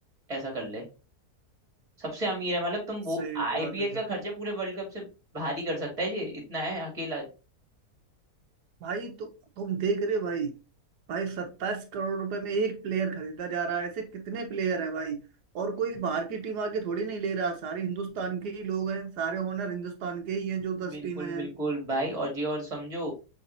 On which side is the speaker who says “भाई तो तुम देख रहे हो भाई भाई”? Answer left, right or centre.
Right